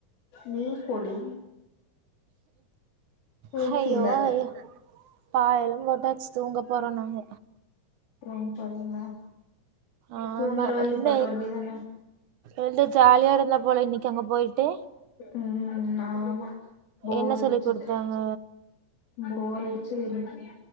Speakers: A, on the left (about 80°); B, on the right (about 65°).
A: நீ கொடி மூக்கு
B: ஹய்யோ
A: சீந்தாத
B: ஹயோ பா இளங்கோட்டாச் தூங்க போறோ நாங்க
A: தூங் போறீங்ளா
B: ஆமா
A: தூங்குற வழி
B: என்ன
A: பாக்க வேன்டிதான
B: என்ட ஜாலியா இருந்த போல இன்னைக்கு அங்க போயிட்டு
A: உ ஆமா போர்
B: என்ன
A: அடிச்சுது
B: சொல்லி குடுத்தாங்க
A: போர் அடிச்சுது இன்னிக்கு